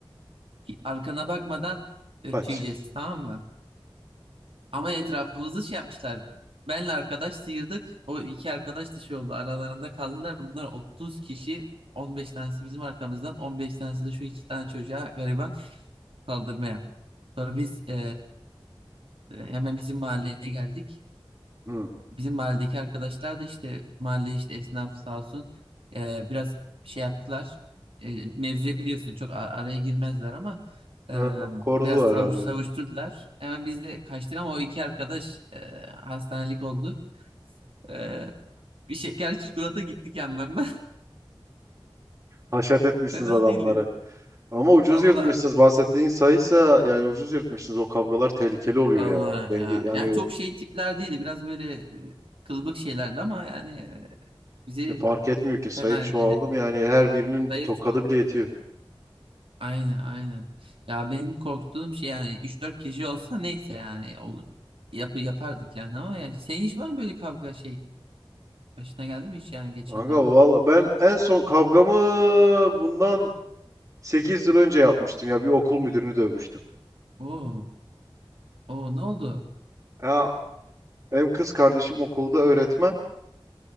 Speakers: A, on the right (about 75°); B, on the right (about 35°).
A: arkana bakmadan e,
B: kaç.
A: tüyeceğiz tamam mı? Ama etrafımızı şey yapmışlar. Benle arkadaş sıyırdık. O iki arkadaş da şey oldu. Aralarında kaldılar. Bunlar 30 kişi. on beş tanesi bizim arkamızdan. 15 tanesi de şu iki tane çocuğa gariban saldırmaya. Sonra biz e, hemen bizim mahalleye geldik.
B: Hı.
A: bizim mahalledeki arkadaşlar da işte mahalle işte esnaf sağ olsun e, biraz şey yaptılar. E, mevzuya biliyorsun çok ar- araya girmezler ama e,
B: Ha, Kordular
A: biraz savuş,
B: herhalde
A: savuşturdular.
B: böyle.
A: Hemen biz de kaçtık ama o iki arkadaş e, hastanelik oldu. E, bir şeker çikolata gittik yanlarına.
B: Haşat
A: <laughs>
B: etmişsiniz
A: Fena
B: adamları.
A: değildi ya.
B: Ama ucuz
A: Valla.
B: yırtmışsınız. Bahsettiğin sayıysa yani ucuz yırtmışsınız. O kavgalar tehlikeli oluyor
A: Allah
B: ya. Denge,
A: ya.
B: yani
A: Ya çok şey tipler değildi. Biraz böyle e, kılıbık şeylerdi ama yani e, bizi
B: E, fark etmiyor ki sayı
A: fena
B: çoğaldım
A: edemedi.
B: yani her birinin
A: Sayı
B: bir tokadı
A: çoğaldı.
B: bile yetiyor.
A: Aynen aynen. Ya benim korktuğum şey yani üç dört kişi olsa neyse yani olur. Yap yapardık yani ama yani senin hiç var mı böyle kavga şey? Başına geldi mi hiç yani geçenlerde?
B: Kanka valla ben en son kavgamı bundan 8 yıl önce yapmıştım ya bir okul müdürünü dövmüştüm.
A: Oo. Oo ne oldu?
B: Ya benim kız kardeşim okulda öğretmen.